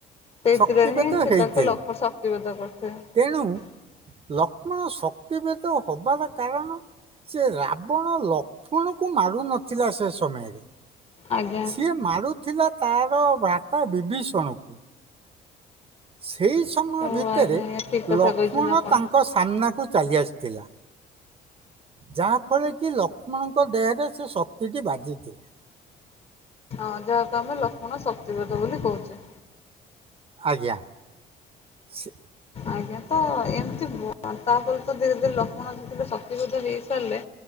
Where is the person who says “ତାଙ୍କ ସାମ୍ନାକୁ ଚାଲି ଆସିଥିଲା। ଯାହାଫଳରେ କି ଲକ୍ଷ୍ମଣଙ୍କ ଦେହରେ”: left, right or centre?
Right